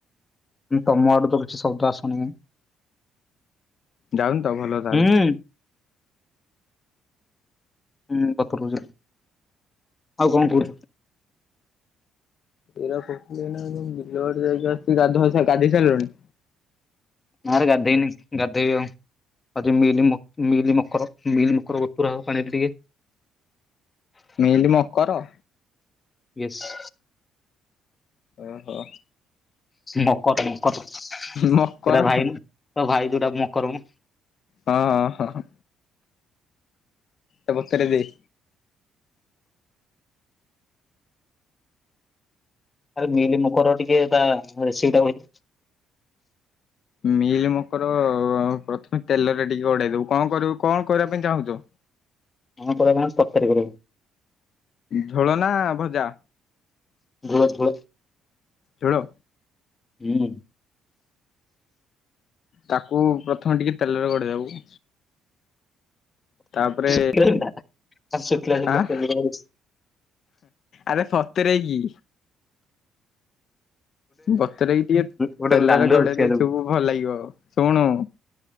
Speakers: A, on the left; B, on the left.
A: ଉଁ ତମ ଆଡୁ ତ କିଛି ଶବ୍ଦ ଆସୁନି କାଇଁ।
B: ଯାଉନି ତ ଭଲ ତାହେଲେ।
A: ହୁଁ ହୁଁ ହୁଁ ବତୁରଉଚି। ଆଉ କଣ କୁହ?
B: ଏରା କରୁଥିଲି ଏନା ଯୋଉ ବିଲୁ ଆଡୁ ଯାଇକି ଆସି ଗାଧୁଆ ସ ଗାଧେଇ ସାରିଲଣି?
A: ନାରେ ଗାଧେଇନି ଗାଧେଇବି ଆଉ। ଆଜି ମିଲ ମ ମିଲି ମକର ମିଲ ମକର ବତୁରା ହବ ପାଣିରେ ଟିକେ।
B: ମିଲ୍ ମକର?
A: ୟେସ୍।
B: ଓହୋ।
A: ମକତ ମକତ ସେଟା
B: ମକର
A: ଭାଇ ତା ଭାଇ ଯୋଉଟା ମକର ମ।
B: ହଁ ହଁ ହଁ। ତାକୁ ବତରେ ଦେଇ
A: ଆରେ ମିଲ ମୁକର ଟିକେ ତା ରେସିପି ଟା କହିଲୁ?
B: ମିଲ୍ ମକର ପ୍ରଥମେ ତେଲରେ ଟିକେ ଗଡେଇ ଦବୁ। କଁ କରିବୁ କଣ କରିବା ପାଇଁ ଚାହୁଁଚ?
A: କଣ କରିବା ପାଇଁ ତରକାରୀ କରିବୁ।
B: ଝୋଳ ନା ଭଜା?
A: ଝୋଳ ଝୋଳ।
B: ଝୋଳ?
A: ହୁଁ।
B: ତାକୁ ପ୍ରଥମେ ଟିକେ ତେଲରେ ଗଡେଇ ଦବୁ। ତାପରେ
A: ଶୁଖିଲା ଶୁଖିଲା
B: ଆଁ?
A: ତେଲ ଗୋଟେ
B: ଆରେ ସତରି କି? ବତରେଇକି ଟିକେ
A: ଗୋଟେ
B: ତେଲରେ
A: ଲାଲୁ
B: ଗଡେଇ
A: ରୁଷିଆ
B: ଦେଇଥିବୁ
A: ଦବୁ
B: ଭଲ ଲାଗିବ ଶୁଣୁ।